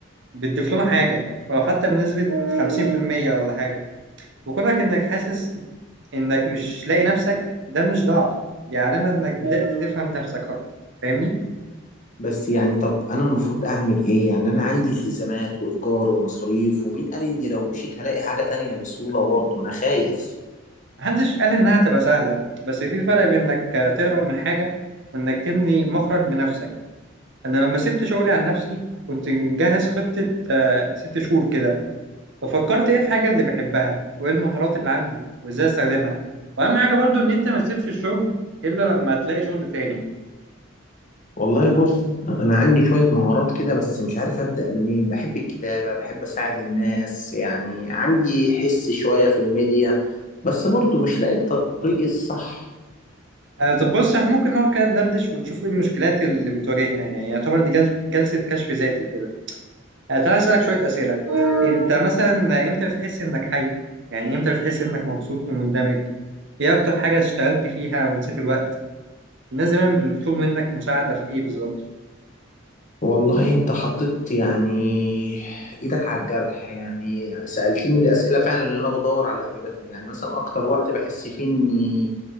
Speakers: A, on the right; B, on the left.
A: بتضيف لنا حاجه ولو حتى بنسبه 50% ولا حاجه وكونك انك حاسس انك مش لاقي نفسك ده مش ضعف دي علامه انك بدات تفهم نفسك اكتر فاهمني
B: بس يعني طب انا المفروض اعمل ايه يعني انا عندي التزامات وايجار ومصاريف ومين قال اني لو مشيت هلاقي حاجه تانية بسهوله برضه انا خايف
A: محدش قال انها تبقى سهله بس في فرق بين انك تهرب من حاجه وانك تبني مخرج لنفسك انا لما سبت شغلي عن نفسي كنت مجهز خطه آه، ست شهور كده ففكرت ايه الحاجة اللي بحبها وايه المهارات اللي عندي وازاي استخدمها واهم حاجة برضو ان انت ما تسيبش الشغل الا لما تلاقي شغل تاني
B: والله بص انا عندي شويه مهارات كده بس مش عارف ابدا منين بحب الكتابه بحب اساعد الناس يعني عندي حس شويه في الميديا بس برضو مش لاقي الطريق الصح
A: آه طب بص احنا ممكن نقعد كده ندردش ونشوف ايه المشكلات اللي بتواجهنا يعني يعتبر دي جل- جلسة كشف ذاتي كده آه تعالى اسألك شوية أسئلة انت مثلا امتى بتحس انك حي يعني امتى بتحس انك مبسوط ومندمج ايه اكتر حاجة اشتغلت فيها ونسيت الوقت الناس دايما بيطلبوا منك مساعدة في ايه بالظبط
B: والله انت حطيت يعني ايدك على الجرح يعني سألتني الاسئله فعلا اللي انا بدور على اجابتها يعني مثلا اكتر وقت بحس فيه اني